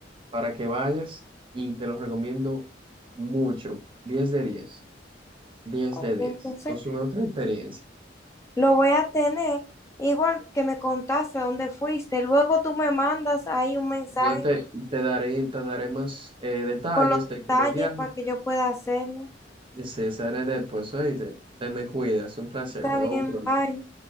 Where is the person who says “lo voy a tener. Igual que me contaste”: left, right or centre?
Left